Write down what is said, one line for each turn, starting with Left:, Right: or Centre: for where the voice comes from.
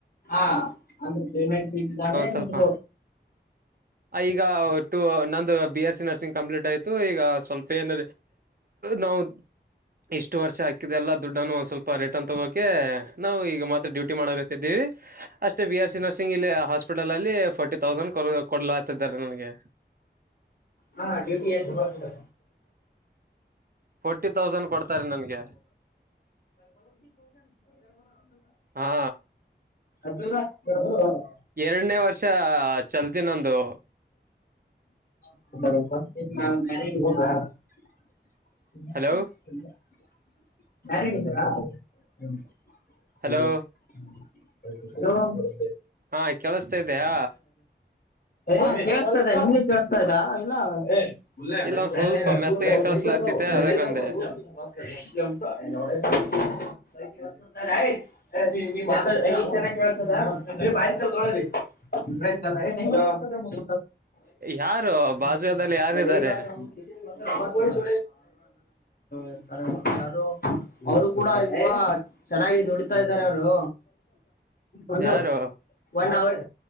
Left: ಹಾ ಅಂದ್ರೆ ಗವರ್ನಮೆಂಟ್ ಸೀಟ್ ತಾನೇ
Right: ಸ್ವಲ್ಪ
Left: ನಿಂದು
Right: ಈಗ ಟು ನಂದು B S C nursing complete ಆಯ್ತು ಈಗ ಸ್ವಲ್ಪ ಏನ ನಾವು ಇಷ್ಟು ವರ್ಷ ಹಾಕಿದೆ ಅಲ್ಲ ದುಡ್ಡನ್ನು ಒಂದ್ ಸ್ವಲ್ಪ ಪರಿಟನ್ ತಗೋ ನಾವು ಈಗ ಮತ್ತೆ ಡ್ಯೂಟಿ ಮಾಡ ತಿದ್ವಿ ಅಷ್ಟೇ ಬಿ ಎಸ್ ಸಿ ನರ್ಸಿಂಗ್ ಇಲ್ಲಿ ಹಾಸ್ಪಿಟಲ್ ಅಲ್ಲಿ ಫೋರ್ಟಿ ತೌಸಂಡ್ ಕೊಡು ಕೊಡ್ಲ ಆತಿದ್ದಾರೆ ನನ್ಗೆ
Left: ಹಾ ಡ್ಯೂಟಿ ಎಷ್ಟು ಬರುತ್ತೆ
Right: ಫೋರ್ಟಿ ತೌಸಂಡ್ ಕೊಡ್ತಾರೆ ನನ್ಗೆ ಹಾ
Left: <inaudible> <inaudible>
Right: ಎರಡನೇ ವರ್ಷ ಚಾಲ್ತಿ ನಂದು
Left: <inaudible> ಹ್ಮ
Right: ಹಲೋ
Left: <inaudible> ಹ್ಮ
Right: ಹಲೋ
Left: ಹೇಳೋ
Right: ಹಾ ಕೆೇಳಸ್ತಾಯಿದಿಯ
Left: ಹ ಕೇಳ್ತಾಯಿದೆ ನಿಮ್ಗೆ ಕೇಳ್ಸ್ತಾ ಇದ್ದಾ <inaudible>
Right: ಇಲ್ಲ ಒಂದ್ ಸ್ವಲ್ಪ ಮೆತ್ತಗೆ ಕೇಳಸ್ಲಾತಿತೆ ಅದಕ್ಕಂದೆ
Left: ಈಗ ಚೆನ್ನಾಗಿ ಕಳಿಸ್ತಾದ
Right: ಯಾರು ಬಾಜುದಲ್ಲಿ
Left: <inaudible>
Right: ಯಾರಿದ್ದಾರೆ
Left: ನಮ್ಸ ಇರ್ತಾರೆ ಅವರು ಅವ್ರು ಕೂಡ ಇ ಚೆನ್ನಾಗಿ ದುಡಿತಾ ಇದಾರೆ ಅವರು ಒಂದು
Right: ಯಾರು
Left: ಒನ್ ಅವರ್